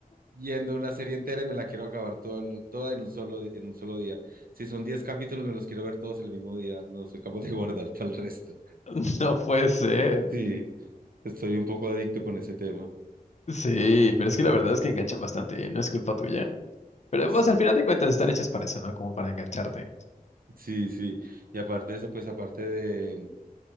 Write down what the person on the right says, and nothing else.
viendo una serie entera y me la quiero acabar toda, toda en un solo, en un solo día. Si son 10 capítulos, me los quiero ver todos el mismo día, no soy capaz de <laughs> guardar todo el resto.
Sí, estoy un poco adicto con ese tema.
Sí,
sí, sí. Y aparte de eso, pues aparte de,